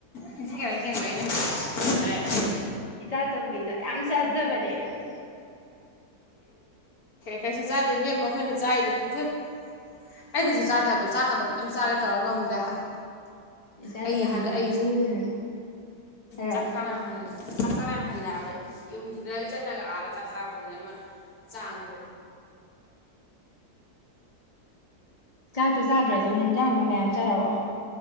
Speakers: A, on the left; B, on the left.
A: ꯅꯤꯡꯁꯤꯡꯈ ꯁꯦꯡꯕ ꯑꯩꯅ ꯍꯥꯏ
B: ꯏꯆꯥ ꯇꯝꯕꯤꯗꯣ ꯌꯥꯝ ꯆꯖꯕꯅꯦꯅ
A: ꯀꯩꯁꯨ ꯆꯥꯗꯦ ꯏꯕꯦꯝꯃꯥ ꯑꯩꯈꯣꯏꯅꯥ ꯆꯥꯏꯔꯤꯗꯨꯗꯤ ꯊꯨꯠ ꯑꯩ ꯀꯩꯁꯨ ꯆꯥꯗꯦ ꯍꯥꯏꯕ ꯆꯥꯛꯀꯗꯣ ꯌꯥꯝ ꯆꯥꯒꯦ ꯇꯧꯔ ꯉꯝꯗꯦ ꯍꯥꯏꯕ
B: ꯏꯆꯥ
A: ꯑꯩ
B: ꯇꯣꯝꯕꯤꯗꯨꯕꯨ
A: ꯍꯜꯂꯦ ꯑꯩ
B: ꯑꯅꯥ ꯍꯥꯏꯔꯣ
A: ꯆꯥꯛ ꯆꯥꯕ ꯌꯥꯝ ꯍꯜꯂꯦ ꯆꯥꯛ ꯆꯥꯕꯥ ꯌꯥꯝ ꯍꯜꯂꯦ ꯍꯥꯏꯕꯥ ꯑꯩ ꯌꯨꯝ ꯁꯤꯗꯩꯩ ꯆꯠꯂꯒꯥ ꯑꯗ ꯆꯥꯛ ꯆꯥꯕꯗꯅꯦ ꯑꯃ ꯆꯥꯡꯗꯣ
B: ꯆꯥꯛꯇꯣ ꯆꯥꯗ꯭ꯔꯁꯨ ꯍꯦꯟꯖꯥꯡꯗꯣ ꯃꯌꯥꯝ ꯆꯥꯔꯛꯑꯣ